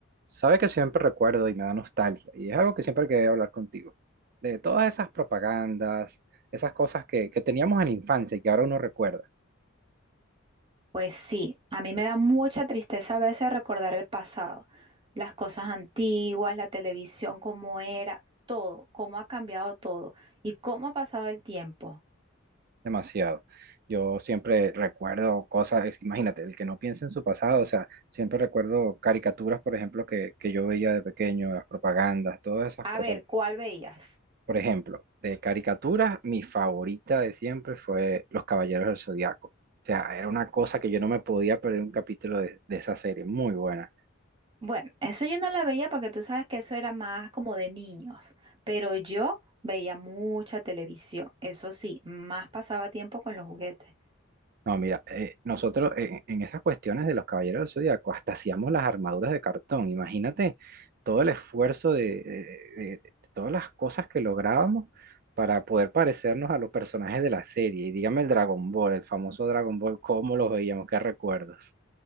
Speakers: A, on the right; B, on the right.
A: Sabe que siempre recuerdo y me da nostalgia, y es algo que siempre quería hablar contigo, de todas esas propagandas, esas cosas que, que teníamos en la infancia y que ahora uno recuerda
B: Pues sí, a mí me da mucha tristeza a veces recordar el pasado, las cosas antiguas, la televisión, cómo era, todo, cómo ha cambiado todo y cómo ha pasado el tiempo.
A: demasiado. Yo siempre recuerdo cosas, es- imagínate, el que no piensa en su pasado, o sea, siempre recuerdo caricaturas, por ejemplo, que, que yo veía de pequeño, las propagandas, todas esas
B: A
A: cosas.
B: ver, ¿cuál veías?
A: Por ejemplo, de caricaturas, mi favorita de siempre fue Los Caballeros del Zodiaco. O sea, era una cosa que yo no me podía perder un capítulo de de esa serie, muy buena.
B: Bueno, eso yo no la veía porque tú sabes que eso era más como de niños, pero yo veía mucha televisión, eso sí, más pasaba tiempo con los juguetes.
A: No, mira, eh, nosotros en, en esas cuestiones de los caballeros del Zodíaco hasta hacíamos las armaduras de cartón. Imagínate todo el esfuerzo de, eh, de- de todas las cosas que lográbamos para poder parecernos a los personajes de la serie. Y dígame el Dragon Ball, el famoso Dragon Ball, cómo los veíamos, qué recuerdos.